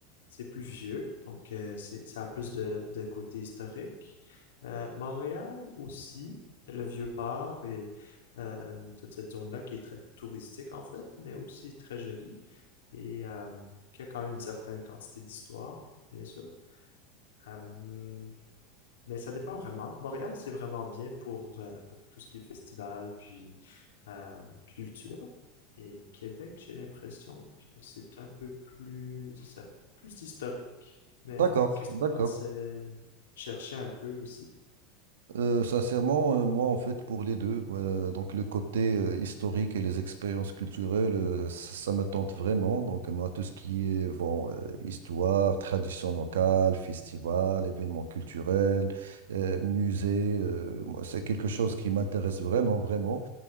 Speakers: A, on the left; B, on the right.
A: c'est plus vieux, donc euh, c'est ça a plus de, de côté historique. Euh, Montréal aussi, le Vieux-Port et euh, toute cette zone-là qui est très touristique en fait, mais aussi très jolie et euh, qui a quand même une certaine quantité d'histoire, bien sûr. Euh, mais ça dépend vraiment. Montréal, c'est vraiment bien pour, euh, pour tout ce qui est festival, puis euh, culture. Et Québec, j'ai l'impression que c'est un peu plus, c'est ça, plus historique. Mais
B: D'accord,
A: qu'est-ce
B: d'accord.
A: que tu pensais chercher un peu ici?
B: Euh, sincèrement, euh, moi, en fait, pour les deux, euh, donc le côté euh, historique et les expériences culturelles, euh, ça, ça me tente vraiment. Donc, moi, tout ce qui est bon, euh, histoire, tradition locale, festival, événements culturels, euh, musées, euh, moi, c'est quelque chose qui m'intéresse vraiment, vraiment.